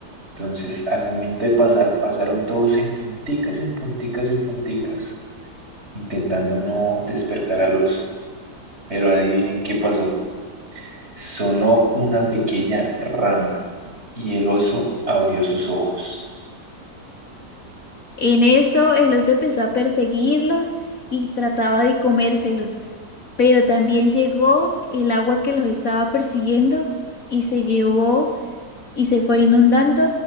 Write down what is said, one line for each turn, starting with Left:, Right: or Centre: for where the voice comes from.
Right: Entonces, al momento de pasar, pasaron todos en punticas, en punticas, en punticas intentando no despertar al oso. Pero adivinen qué pasó. Sonó una pequeña rama y el oso abrió sus ojos.
Left: En eso el oso empezó a perseguirlos y trataba de comérselos. pero también llegó el agua que los estaba persiguiendo y se llevó y se fue inundando